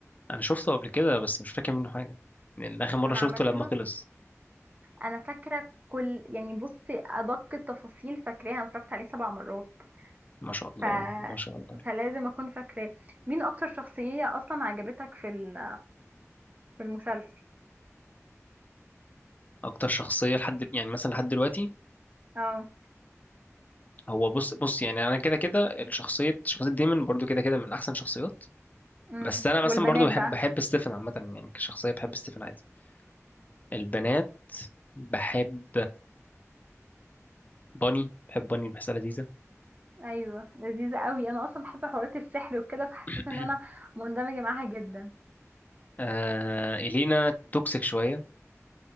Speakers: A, on the left; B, on the right.
A: انا شفته قبل كده بس مش فاكر منه حاجه لان اخر مره
B: انا
A: شفته
B: عملت
A: لما
B: له
A: خلص
B: انا فاكره كل يعني بصي ادق التفاصيل فاكراها انا اتفرجت عليه سبع مرات
A: ما شاء الله
B: ف
A: ما شاء الله
B: فلازم اكون فاكراه مين اكتر شخصيه اصلا عجبتك في ال- في المسلسل
A: اكتر شخصيه لحد يعني مثلا لحد دلوقتي
B: اه
A: هو بص بص يعني انا كده كده الشخصيه شخصيه ديمون برضو كده كده من احسن شخصيات
B: امم
A: بس انا مثلا
B: والبنات
A: برضو بحب
B: بقى
A: بحب ستيفن عامه يعني كشخصيه بحب ستيفن عادي البنات بحب باني بحب باني بحسها لذيذه
B: ايوه لذيذه قوي انا اصلا بحب حوارات السحر وكده فحسيت
A: <clears throat>
B: ان انا مندمجه معاها جدا
A: آه إلينا توكسيك شويه